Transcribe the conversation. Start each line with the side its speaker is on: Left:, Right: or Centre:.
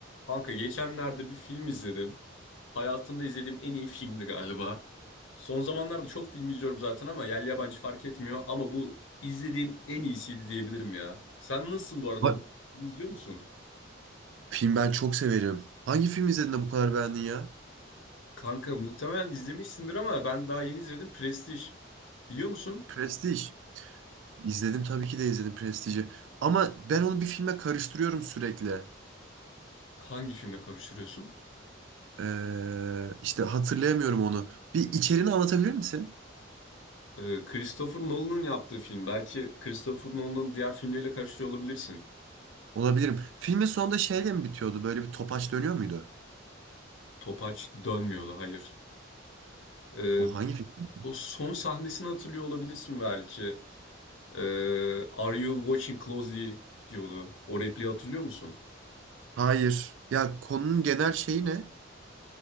Left: Kanka geçenlerde bir film izledim. Hayatımda izlediğim en iyi filmdi galiba. Son zamanlarda çok film izliyorum zaten ama yerli yabancı fark etmiyor. Ama bu izlediğim en iyisiydi diyebilirim ya. Sen nasılsın bu arada?
Right: Bak,
Left: Bu filmi İzliyor musun?
Right: film ben çok severim. Hangi film izledin de bu kadar beğendin ya?
Left: Kanka muhtemelen izlemişsindir ama ben daha yeni izledim. Prestij. Biliyor musun?
Right: Prestige. İzledim tabii ki de izledim Prestij'i. Ama ben onu bir filme karıştırıyorum sürekli.
Left: Hangi filmle karıştırıyorsun?
Right: Ee, işte hatırlayamıyorum onu. Bir içeriğini anlatabilir misin?
Left: Ee, Christopher Nolan'ın yaptığı film. Belki Christopher Nolan'ın diğer filmleriyle karıştırıyor olabilirsin.
Right: Olabilirim. Filmin sonunda şeyle mi bitiyordu? Böyle bir topaç dönüyor muydu?
Left: Topaç dönmüyordu, hayır. Ee,
Right: O hangi film?
Left: O son sahnesini hatırlıyor olabilirsin belki. Ee, Are you watching closely diyordu. O repliği hatırlıyor musun?
Right: Hayır. Ya konunun genel şeyi ne?